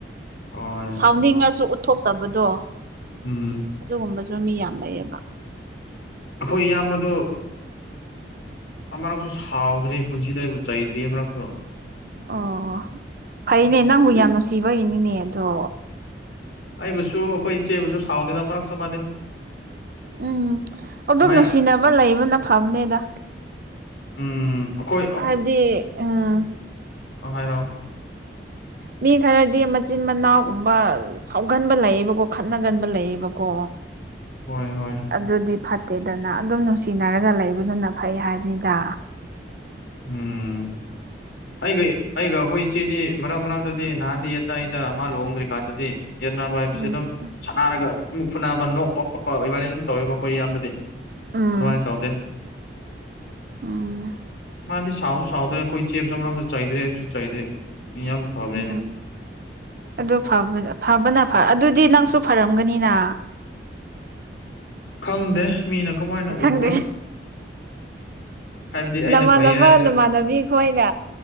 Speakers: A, on the left (about 75°); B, on the right (about 50°).
A: ꯍꯣꯏ
B: ꯁꯥꯎꯟꯅꯤꯡꯉꯁꯨ ꯎꯠꯊꯣꯛꯇꯕꯗꯣ
A: ꯎꯝ
B: ꯑꯗꯨꯒꯨꯝꯕꯁꯨ ꯃꯤ ꯌꯥꯝ ꯂꯩꯩꯌꯦꯕ
A: ꯑꯩꯈꯣꯏ ꯏꯌꯥꯝꯕꯗꯨ ꯑꯃꯛꯁꯨ ꯁꯥꯎꯗ꯭ꯔꯤ ꯄꯨꯟꯁꯤꯗ ꯑꯩꯕꯨ ꯆꯩꯗ꯭ꯔꯤ ꯑꯃꯛꯁꯨ
B: ꯑꯣ ꯐꯩꯅꯦ ꯅꯪꯕꯨ ꯌꯥꯝ ꯅꯨꯡꯁꯤꯕꯒꯤꯅꯤꯅꯦ ꯑꯗꯣ
A: ꯑꯩꯕꯨꯁꯨ ꯑꯩꯈꯣꯏ ꯏꯆꯦꯕꯨꯁꯨ ꯁꯥꯎꯅꯤꯅ ꯃꯔꯛꯁꯨ ꯃꯥꯥꯟꯅꯦ
B: ꯎꯝ ꯍꯧꯛꯇꯝ
A: ꯃꯌꯥ
B: ꯅꯨꯡꯁꯤꯅꯕ ꯂꯩꯕꯅ ꯐꯕꯅꯦꯗ
A: ꯎꯝ ꯑꯩꯈꯣꯏ
B: ꯍꯥꯏꯕꯗꯤ ꯑꯝ
A: ꯑꯍ ꯔꯣ
B: ꯃꯤ ꯈꯔꯗꯤ ꯃꯆꯤꯟ ꯃꯅꯥꯎꯒꯨꯝꯕ ꯁꯥꯎꯒꯟꯕ ꯂꯩꯌꯦꯕꯀꯣ ꯈꯠꯅꯒꯟꯕ ꯂꯩꯌꯦꯕꯀꯣ
A: ꯍꯣꯏ ꯍꯣꯏ
B: ꯑꯗꯨꯗꯤ ꯐꯠꯇꯦꯗꯅ ꯑꯗꯨꯝ ꯅꯨꯡꯁꯤꯅꯔꯒ ꯂꯩꯕꯗꯨꯅ ꯐꯩ ꯍꯥꯏꯕꯅꯤꯗ
A: ꯎꯝ ꯑꯩꯒ ꯑꯩꯒ ꯑꯩꯈꯣꯏ ꯏꯆꯦꯗꯤ ꯃꯔꯛ ꯃꯔꯛꯇꯗꯤ ꯅꯍꯥꯟꯗꯤ ꯑꯅ ꯑꯩꯗ ꯃꯥ ꯂꯨꯍꯣꯡꯗ꯭ꯔꯤꯀꯥꯟꯗꯗꯤ ꯌꯦꯠꯅꯕ ꯍꯥꯏꯕꯁꯦ
B: ꯎꯝ
A: ꯑꯗꯨꯝ ꯅꯥꯔꯒ ꯃꯨꯛ ꯐꯨ ꯅꯥꯕ ꯅꯣꯛꯄ ꯈꯣꯠꯄ ꯏꯕꯥꯅ ꯑꯗꯨꯝ ꯇꯧꯋꯕ ꯑꯩꯈꯣꯏ ꯏꯌꯥꯝꯕꯗꯤ
B: ꯎꯝ
A: ꯑꯗꯨꯃꯥꯏꯅ ꯇꯧꯗꯦ
B: ꯎꯝ
A: ꯃꯥꯗꯤ ꯁꯥꯎꯠꯁꯨ ꯁꯥꯎꯗ꯭ꯔꯦ ꯑꯩꯈꯣꯏ ꯆꯦ ꯆꯁꯨ ꯆꯩꯗ꯭ꯔꯦ ꯍꯥꯏꯕꯁꯨ ꯆꯩꯗ꯭ꯔꯦ ꯌꯥꯝ ꯐꯕꯅꯤꯅꯦ
B: ꯎꯝ ꯑꯗꯨ ꯐꯕꯅ ꯑꯗꯨꯗꯤ ꯅꯪꯁꯨ ꯐꯔꯝꯒꯅꯤꯅ
A: ꯈꯪꯗꯦ ꯃꯤꯅ ꯀꯃꯥꯏꯅ
B: ꯈꯪꯗꯦ
A: ꯎꯕ꯭ꯔꯥ ꯍꯥꯏꯕꯗꯤ
B: ꯅꯃ
A: ꯑꯩꯅ ꯐꯩ
B: ꯅꯕ
A: ꯍꯥꯏꯔꯁꯨ
B: ꯅꯃ ꯅꯕꯤ ꯍꯣꯏꯅꯦ